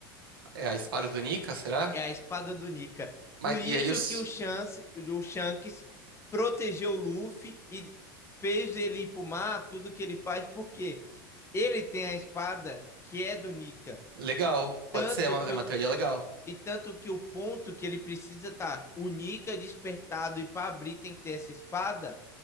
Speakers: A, on the right; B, on the left.
A: É a espada do Nika, será?
B: é a espada do Nika.
A: Mas,
B: Por isso
A: e aí os...
B: que o, Chance, o Shanks protegeu o Luffy e fez ele ir pro mar, tudo que ele faz, porque ele tem a espada que é do Nika.
A: Legal, pode
B: Tanto
A: ser, é uma,
B: que
A: é uma
B: o,
A: teoria legal.
B: e tanto que o ponto que ele precisa tá o Nika despertado e para abrir tem que ter essa espada,